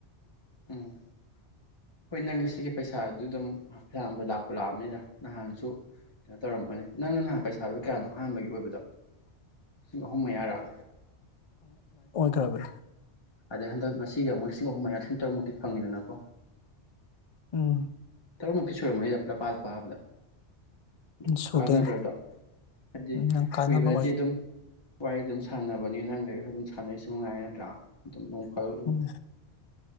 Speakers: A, on the left; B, on the left.
A: ꯎꯝ ꯍꯅꯪꯒꯦꯁꯤꯒꯤ ꯄꯩꯁꯥꯗꯨ ꯑꯗꯨꯝ ꯐꯌꯥꯝꯕ ꯂꯥꯛꯄ ꯂꯥꯛꯑꯕꯅꯤꯅ ꯅꯍꯥꯟꯁꯨ ꯀꯩꯅꯣ ꯇꯧꯔꯝꯃꯅꯤ ꯅꯪꯅ ꯅꯍꯥꯟ ꯄꯩꯁꯥꯗꯨ ꯀꯌꯥꯅꯣ ꯑꯍꯥꯟꯕꯒꯤ ꯑꯣꯏꯕꯗꯣ ꯂꯤꯁꯤꯡ ꯑꯍꯨꯝ ꯃꯌꯥꯔꯛ
B: ꯑꯕ
A: ꯑꯗꯩ ꯍꯟꯗꯛ ꯉꯁꯤꯒ ꯑꯃꯨꯛ ꯂꯤꯁꯤꯡ ꯑꯍꯨꯝ ꯌꯥ ꯂꯤꯁꯤꯡ ꯇꯔꯨꯛꯃꯨꯛꯇꯤ ꯐꯪꯉꯗꯅꯀꯣ
B: ꯎꯝ
A: ꯇ ꯃꯛꯒꯤꯁꯨꯔ ꯃꯥꯞꯂ ꯄꯥꯁ ꯄꯥꯕꯗ ꯑꯗꯨ
B: ꯁꯨꯗꯣꯏꯅꯤ
A: ꯀꯥꯟꯅꯗ꯭ꯔꯗꯣ ꯍꯥꯏꯗꯤ
B: ꯎꯝ ꯅꯪ ꯀꯥꯟꯅꯕ
A: ꯀꯨꯏꯕꯅꯗꯤ
B: ꯑꯣꯏ
A: ꯑꯗꯨꯝ ꯋꯥꯔꯤ ꯑꯗꯨꯝ ꯁꯥꯟꯅꯕꯅꯦ ꯅꯪ ꯂꯩꯔꯁꯨ ꯑꯗꯨꯝ ꯁꯥꯟꯅꯔꯤꯁꯨ ꯉꯥꯏꯔ ꯅꯠꯇ꯭ꯔꯥ ꯑꯗꯨꯝ ꯐ ꯎ
B: ꯎꯝ